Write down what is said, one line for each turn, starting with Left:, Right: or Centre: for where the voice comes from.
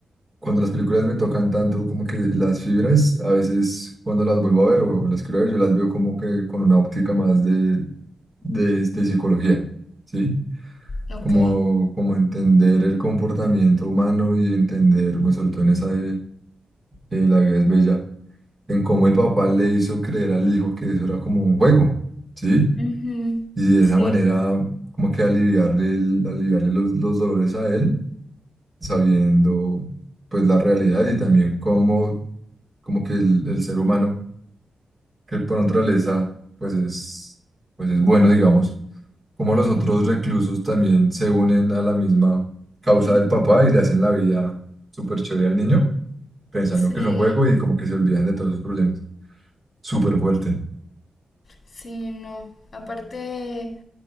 Right: cuando las películas me tocan tanto como que las fibras, a veces cuando las vuelvo a ver o, o las quiero ver, yo las veo como que con una óptica más de, de, de psicología, ¿sí?
Left: Ok.
Right: como, como entender el comportamiento humano y entender, me sobre todo en esa de eh, La vida es bella, en cómo el papá le hizo creer al hijo que eso era como un juego, ¿sí?
Left: Ujú.
Right: Y de
Left: Sí.
Right: esa manera, como que aliviarle, el- aliviarle los, los dolores a él, sabiendo pues la realidad y también cómo, como que el, el ser humano, que por naturaleza, pues es, pues es bueno, digamos cómo
Left: Ujú.
Right: los otros reclusos también se unen a la misma causa
Left: <laughs>
Right: del papá y le hacen la vida súper chévere al niño, pensando
Left: Sí,
Right: que es un juego y como que se olvidan de todos sus problemas. Súper fuerte.
Left: sí, no. Aparte,